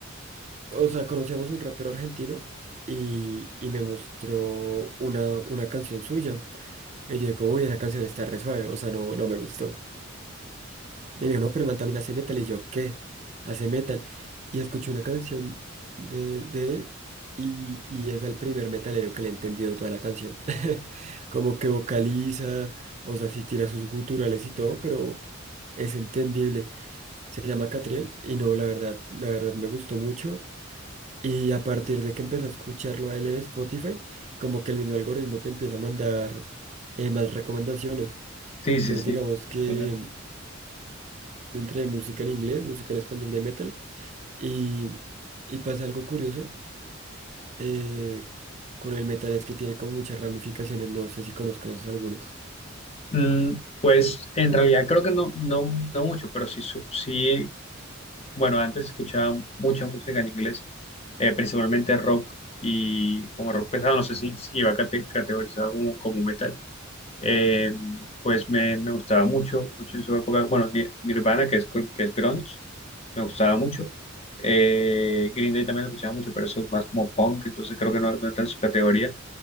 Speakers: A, on the right; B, on the left.
A: O sea, conocíamos a un rapero argentino y, y me mostró una, una canción suya. Y yo digo, uy, esa canción está re suave, o sea, no, no me gustó. Y me dijo, no, pero el man también hace metal. Y yo, ¿qué? Hace metal. Y escuché una canción de, de él y, y es el primer metalero que le he entendido toda la canción. <laughs> Como que vocaliza, o sea, sí tira sus guturales y todo, pero es entendible. Se llama Catriel y no, la verdad, la verdad me gustó mucho. Y a partir de que empecé a escucharlo a él en Spotify, como que el mismo algoritmo te empieza a mandar eh, más recomendaciones.
B: Sí,
A: Entonces,
B: sí, sí.
A: digamos que
B: Total.
A: entre música en inglés, música en español de metal, y, y pasa algo curioso eh, con el metal es que tiene como muchas ramificaciones, no sé si conozcas algunas.
B: Mm, pues en realidad creo que no, no, no mucho, pero sí, su- sí, bueno, antes escuchaba mucha música en inglés, eh, principalmente rock y como rock pesado, no sé si, si iba cate- categorizado como, como metal. Eh, pues me, me gustaba mucho, mucho en su época, bueno, Ni- Nirvana, que es, gr- que es grunge, me gustaba mucho. Eh, Green Day también lo escuchaba mucho, pero eso es más como punk, entonces creo que no, no entra en su categoría.